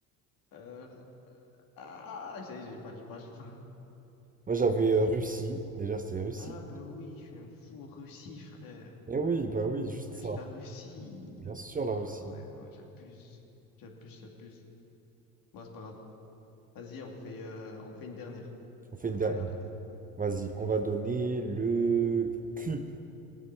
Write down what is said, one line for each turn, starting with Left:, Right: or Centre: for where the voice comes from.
Left: euh, euh, ah, ça y est, j'ai pas, j'ai pas, j'ai pas. <laughs>
Right: Moi j'avais euh, Russie. Déjà c'était Russie.
Left: Ah, bah oui, je suis un fou Russie, frère.
Right: Eh oui, bah oui, juste
Left: Oui,
Right: ça.
Left: la Russie.
Right: Bien sûr la Russie.
Left: Ah ouais, non, j'abuse. J'abuse, j'abuse. Bon, c'est pas grave. Vas-y, on fait, euh, on fait une dernière.
Right: On fait
Left: Une
Right: une dernière.
Left: dernière lettre.
Right: Vas-y, on va donner le Q.